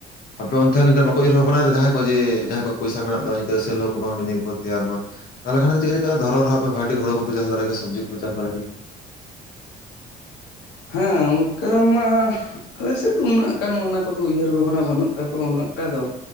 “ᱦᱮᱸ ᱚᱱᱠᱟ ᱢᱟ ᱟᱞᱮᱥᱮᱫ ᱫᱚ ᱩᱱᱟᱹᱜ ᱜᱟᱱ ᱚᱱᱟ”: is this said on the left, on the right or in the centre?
Left